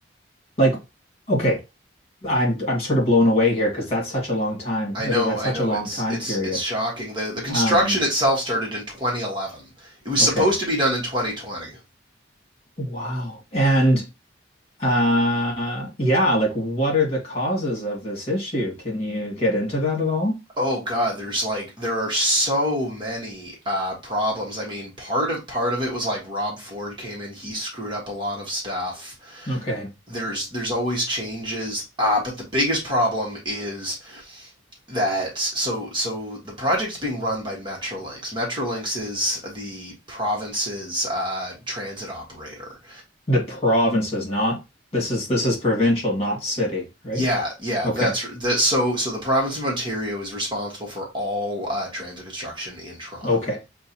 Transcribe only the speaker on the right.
I
know,
I
know
it's
it's
it's shocking. The the construction
itself started in 2011. It was
supposed to be done in 2020.
Oh God, there's like there are so many uh, problems. I mean, part of part of it was like Rob Ford came in, he screwed up a lot of stuff.
There's there's always changes, uh, but the biggest problem is that so so the project's being run by Metrolinx. Metrolinx is the province's uh, transit operator.
Yeah, yeah,
that's that. So so the province of Ontario is responsible for all uh, transit construction in Toronto.